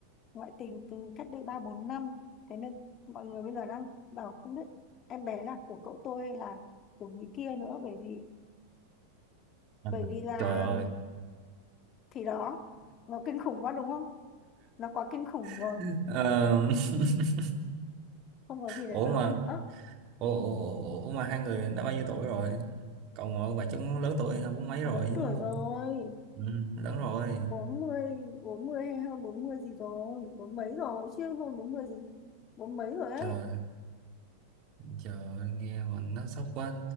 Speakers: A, on the left; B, on the right.
A: ngoại tình từ cách đây ba bốn năm thế nên mọi người bây giờ đang bảo không biết em bé là của cậu tôi hay là của người kia nữa bởi vì
B: À,
A: bởi vì là
B: trời ơi
A: thì đó nó kinh khủng quá đúng không nó quá kinh khủng
B: <laughs>
A: rồi
B: Ờ, <laughs>
A: không có gì để
B: ủa
A: nói
B: mà
A: nữa
B: ủa, ủa, ủa ủa mà hai người đã bao nhiêu tuổi rồi cậu ngồi bà chắc cũng lớn tuổi hai bốn mấy
A: lớn
B: rồi đúng
A: tuổi
B: không
A: rồi
B: ừ, lớn rồi
A: bốn mươi bốn mươi hay hơn bốn mươi gì rồi bốn mấy rồi chứ hơn bốn mươi gì bốn mấy rồi ấy
B: trời trời ơi, nghe mình nó sốc quá